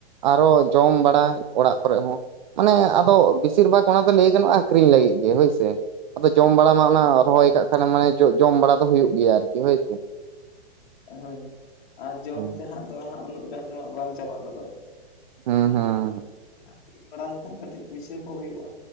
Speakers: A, on the right; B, on the left.
A: ᱟᱨᱦᱚ ᱡᱚᱢ ᱵᱟᱲᱟ ᱚᱲᱟᱜ ᱠᱚᱨᱮ ᱦᱚᱸ ᱚᱱᱮ ᱟᱫᱚ ᱵᱮᱥᱤᱨ ᱵᱷᱟᱜᱽ ᱚᱱᱟ ᱫᱚ ᱞᱟᱹᱭ ᱜᱟᱱᱚᱜᱼᱟ ᱟᱠᱷᱨᱤᱧ ᱞᱟᱹᱜᱤᱫ ᱜᱮ ᱦᱳᱭ ᱥᱮ ᱟᱫᱚ ᱡᱚᱢ ᱵᱟᱲᱟ ᱢᱟ ᱚᱱᱟ ᱨᱚᱦᱚᱭ
B: ᱦᱳᱭ
A: ᱠᱟᱜ ᱠᱷᱟᱱᱮᱢ ᱢᱟᱱᱮ ᱡᱚᱢ ᱵᱟᱲᱟ ᱫᱚ ᱦᱩᱭᱩᱜ ᱜᱮᱭᱟ ᱟᱨᱠᱤ ᱦᱳᱭ
B: ᱦᱳᱭ ᱟᱨ ᱡᱚᱢ
A: ᱦᱮᱸ
B: ᱛᱮ ᱦᱟᱸᱜ ᱫᱚᱜ ᱩᱱᱟᱹᱜ ᱜᱟᱱ ᱫᱚᱦᱟᱜ ᱵᱟᱝ ᱪᱟᱵᱟ ᱜᱚᱫᱚᱜᱼᱟ
A: ᱦᱩᱸ
B: <unintelligible>
A: ᱦᱩᱸ
B: ᱠᱟᱹᱴᱤᱡ ᱯᱩᱭᱥᱟᱹ ᱠᱚ ᱦᱩᱭᱩᱜᱼᱟ